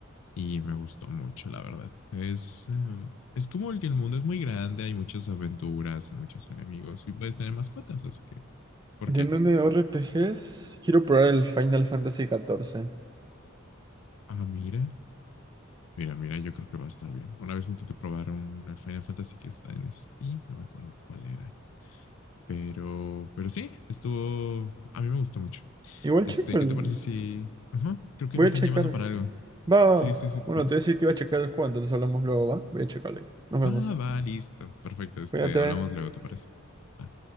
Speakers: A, on the left (about 70°); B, on the right (about 20°).
A: y me gustó mucho, la verdad. Es, eh, es como el que el mundo es muy grande, hay muchas aventuras, hay muchos enemigos y puedes tener mascotas, así que, ¿por
B: De
A: qué
B: MMORPGs,
A: no?
B: quiero probar el Final Fantasy catorce.
A: Ah, mira, mira, mira, yo creo que va a estar bien. Una vez intenté probar un el Final Fantasy que está en Steam, no me acuerdo cuál era, pero, pero sí, estuvo, a mí me gustó mucho.
B: Igual
A: Este,
B: checo el...
A: ¿qué te parece si... Ajá, creo que
B: Voy
A: me están
B: a checar.
A: llamando para algo.
B: Va,
A: Sí,
B: va.
A: sí, sí, ¿te
B: Bueno,
A: parece?
B: te voy a decir que iba a checar el juego, entonces hablamos luego, ¿va? Voy a checarlo. Nos vemos.
A: Va, va, listo. Perfecto, este,
B: Cuídate.
A: hablamos luego, ¿te parece? Va.